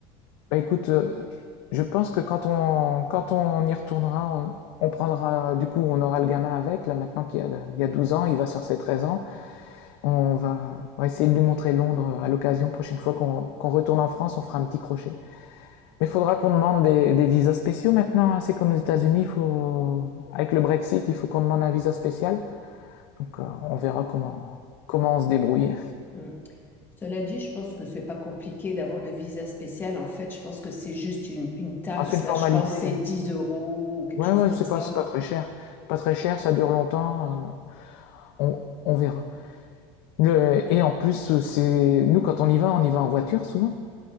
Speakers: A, on the left; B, on the left.
A: Bah écoute, euh, je pense que quand on quand on y retournera, on, on prendra du coup, on aura le gamin avec là maintenant qu'il y a il y a 12 ans, il va sur ses 13 ans. On va, on va essayer de lui montrer Londres euh, à l'occasion. Prochaine fois qu'on qu'on retourne en France, on fera un petit crochet. Mais il faudra qu'on demande des, des visas spéciaux maintenant. hein. C'est comme aux États-Unis, faut, avec le Brexit, il faut qu'on demande un visa spécial. Donc euh, on verra comment, comment on se débrouille.
B: Mm. Cela dit, je pense que c'est pas compliqué d'avoir le visa spécial. En fait, je pense que c'est juste une, une taxe.
A: Ah, c'est une formalité.
B: Là, je pense que c'est
A: hein.
B: 10 euros ou quelque
A: Ouais,
B: chose
A: ouais,
B: comme
A: c'est
B: ça.
A: pas, c'est pas très cher. C'est pas très cher, ça dure longtemps. euh, on, on verra. Le- et en plus, c'est, nous, quand on y va, on y va en voiture souvent.